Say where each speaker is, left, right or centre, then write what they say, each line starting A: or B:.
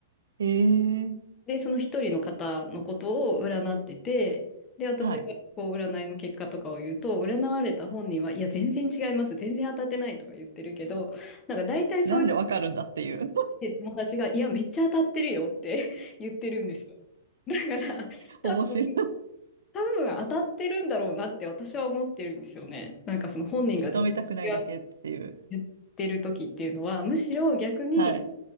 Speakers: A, on the right; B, on the left.
A: えー、
B: で、その一人の方のことを占ってて、で、私がこう占いの結果とかを言うと、
A: はい。
B: 占われた本人は、いや、全然違います、全然当たってないとか言ってるけど、なんか大体そういう
A: なんでわかるんだっていう。
B: 友達が、いや、めっちゃ当たってるよって <laughs> 言ってるんですよ。だから、
A: <laughs>
B: 多分
A: 面白い。
B: 多分当たってるんだろうなって私は思ってるんですよね。なんかその本人が全然
A: 認めたくないだけっていう。
B: 言ってる時っていうのは、むしろ逆に
A: はい。